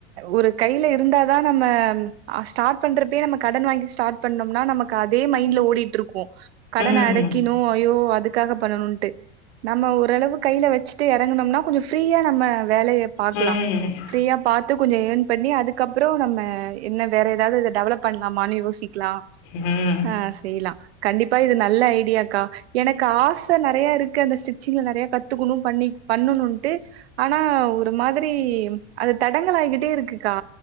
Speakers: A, on the right; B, on the left.
A: ஒரு கைல இருந்தாதான் நம்ம ஸ்டார்ட் பண்றப்பைபே நம்ம கடன் வாங்கி ஸ்டார்ட் பண்ணம்னா நமக்கு அதே மைண்ட்ல ஓடிட்டு இருக்கும் கடனை
B: ம்
A: அடைக்கினும் ஐயோ அதுக்கு பண்ணணும் நம்ம ஓரளவு கைல வச்சுட்டு இறங்கணும்னா கொஞ்சம் ஃபிரியா நம்ம வேலையை பாக்கலாம்
B: ம்
A: ஃப்ரியா பாத்து கொஞ்சம் ஏர்ன் பண்ணி அதுக்கப்புறம் நம்ம என்ன வேற ஏதாவது இத டெவலப் பண்ணலாமான்னு யோசி லாம்
B: ம்
A: ஆ செய்யலாம் கண்டிப்பா இது நல்ல ஐடியாக்கா எனக்கு ஆச நிறைய இருக்கு அந்த ஸ்டிச்சிங்ல நிறைய கத்துக்கணும் பண்ணி பண்ணணும்ட்டு ஆனா ஆனா ஒரு மாதிரி அது தடங்கள் ஆகிட்டே இருக்குக்கா